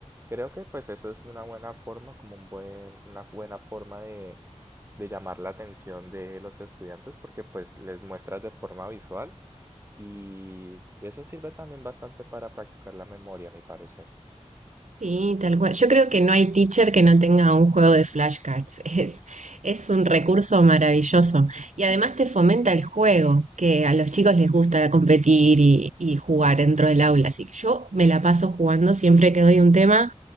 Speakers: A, on the right; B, on the right.
A: Creo que pues eso es una buena forma, como un buen, una buena forma de llamar la atención de los estudiantes porque pues les muestras de forma visual y eso sirve también bastante para practicar la memoria, a mi parecer.
B: Sí, tal cual. Yo creo que no hay teacher que no tenga un juego de flashcards. <laughs> Es, es un recurso maravilloso. Y además te fomenta el juego, que a los chicos les gusta competir y, y jugar dentro del aula. Así que yo me la paso jugando siempre que doy un tema